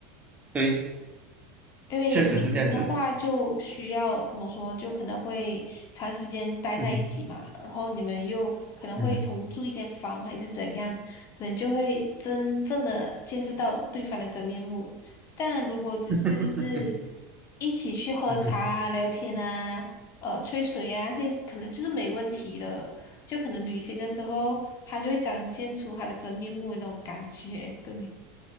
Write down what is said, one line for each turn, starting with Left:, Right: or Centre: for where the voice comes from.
Right: 对，
Left: 因为旅行的话，
Right: 确实是这样子。
Left: 就需要怎么说，就可能会长时间待在一起嘛，
Right: 嗯哼，
Left: 然后你们又可能会同住一间房，
Right: 嗯。
Left: 还是怎样，可能就会真正的见识到对方的真面目。但如果只是就是
Right: <laughs>
Left: 一起去喝茶啊、
Right: 嗯哼，
Left: 聊天啊、呃吹水啊，这些可能就是没问题的。就可能旅行的时候，他就会展现出他的真面目的那种感觉，对